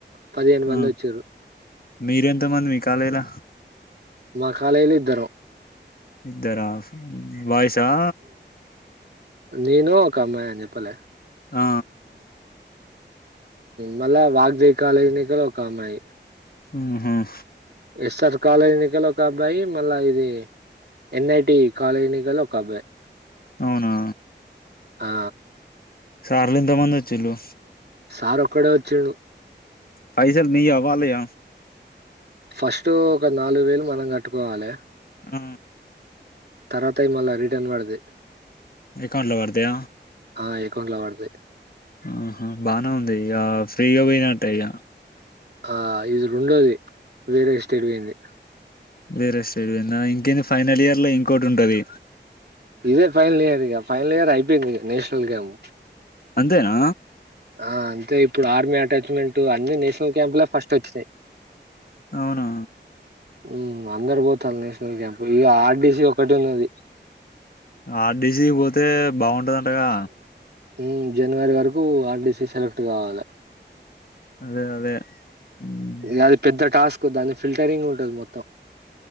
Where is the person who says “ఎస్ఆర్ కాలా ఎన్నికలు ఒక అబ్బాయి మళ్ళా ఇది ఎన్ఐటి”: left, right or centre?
Right